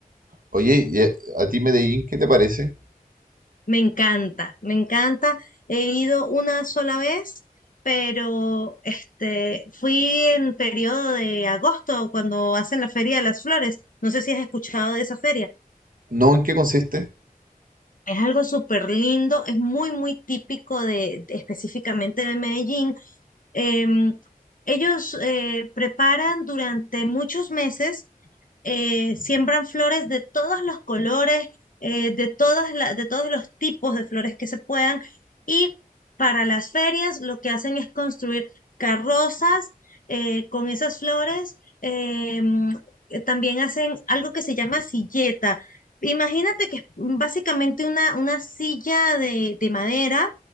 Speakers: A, on the right (about 65°); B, on the left (about 65°).
A: Oye, ¿y a, a ti Medellín qué te parece?
B: Me encanta, me encanta. He ido una sola vez, pero este, fui en periodo de agosto cuando hacen la Feria de las Flores. No sé si has escuchado de esa feria.
A: ¿No en qué consiste?
B: Es algo súper lindo, es muy, muy típico de, de- específicamente de Medellín Em, ellos eh, preparan durante muchos meses, eh, siembran flores de todos los colores, eh, de todas la- de todos los tipos de flores que se puedan. Y para las ferias lo que hacen es construir carrozas eh, con esas flores. em, eh, también hacen algo que se llama silleta. Imagínate que es básicamente una, una silla de de madera